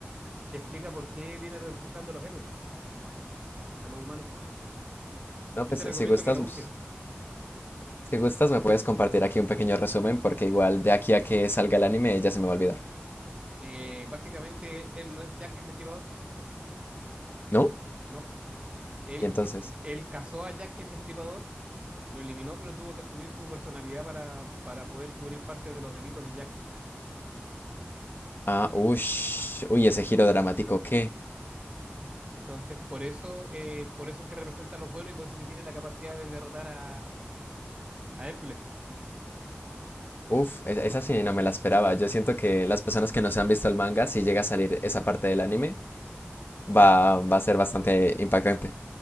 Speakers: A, on the right; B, on the left.
A: que explica por qué viene representando a los héroes, a los humanos.
B: No,
A: Yo
B: pues
A: te recomiendo
B: si gustas,
A: que la busques.
B: pues, si gustas me puedes compartir aquí un pequeño resumen porque igual de aquí a que salga el anime ya se me va a olvidar.
A: Eh, básicamente, él no es Jack el Destripador.
B: ¿No?
A: No, él,
B: Y entonces,
A: él casó a Jack el Destripador, lo eliminó, pero tuvo que asumir su personalidad para, para poder cubrir parte de los delitos de Jack.
B: ah, ush, uy, ese giro dramático, ¿qué?
A: Entonces, por eso, eh, por eso es que representa a los buenos y por eso que tiene la capacidad de derrotar a, a Hércules.
B: Uf, es- esa sí no me la esperaba. Yo siento que las personas que no se han visto el manga, si llega a salir esa parte del anime, va, va a ser bastante impactante.